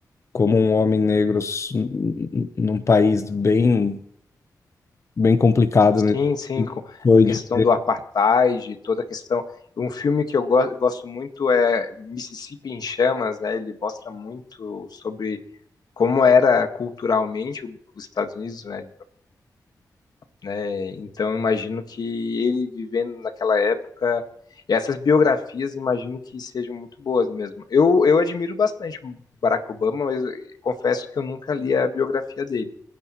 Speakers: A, on the left; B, on the left.
A: como um homem negro s- n- num país bem, bem complicado,
B: Sim,
A: né?
B: sim, com
A: Foi
B: a questão
A: de...
B: do apartheid, toda a questão. Um filme que eu go- gosto muito é Mississippi em Chamas, né? Ele mostra muito sobre como era culturalmente o- os Estados Unidos, né? né? Então, eu imagino que ele vivendo naquela época, essas biografias, imagino que sejam muito boas mesmo. Eu, eu admiro bastante o Barack Obama, mas confesso que eu nunca li a biografia dele.